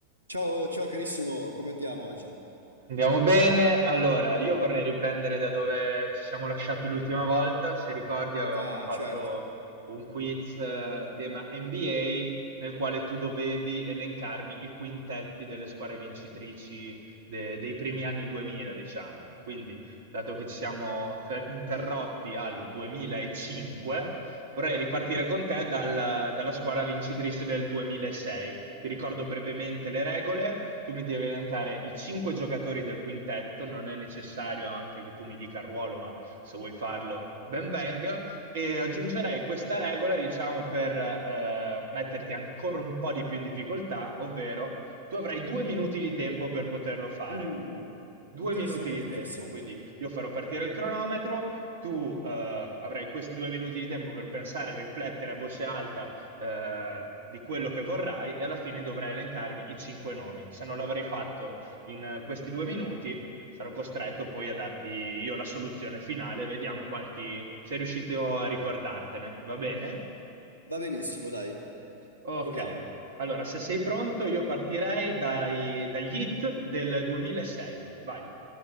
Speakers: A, on the right; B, on the right.
A: Ciao, ciao carissimo, come andiamo oggi?
B: Andiamo bene. Allora, io vorrei riprendere da dove ci siamo lasciati l'ultima volta. Se ricordi, avevamo
A: Ah,
B: fatto
A: certo.
B: un quiz eh, tema NBA nel quale tu dovevi elencarmi i quintetti delle squadre vincitrici de- dei primi anni 2000, diciamo. Quindi, dato che ci siamo fe- interrotti al 2005, vorrei ripartire con te dal- dalla squadra vincitrice del 2006. Ti ricordo brevemente le regole, tu mi devi elencare i cinque giocatori del quintetto, non è necessario anche che tu mi dica il ruolo, ma se vuoi farlo ben venga, e aggiungerei questa regola, diciamo, per eh, metterti ancora un po' di più in difficoltà, ovvero tu avrai due minuti di tempo per poterlo fare.
A: Uh,
B: Due
A: interessante,
B: minuti di
A: interessante.
B: tempo, quindi io farò partire il cronometro, tu eh, avrai questi due minuti di tempo per pensare e riflettere a voce alta eh, di quello che vorrai e alla fine dovrai elencarmi i cinque nomi. Se non l'avrei fatto in eh, questi due minuti, sarò costretto poi a darti io la soluzione finale. Vediamo quanti sei riuscito a ricordartene. Va bene?
A: Va benissimo, dai,
B: Ok.
A: proviamo.
B: Allora, se sei pronto, io partirei dai- dagli hit del 2006. Vai.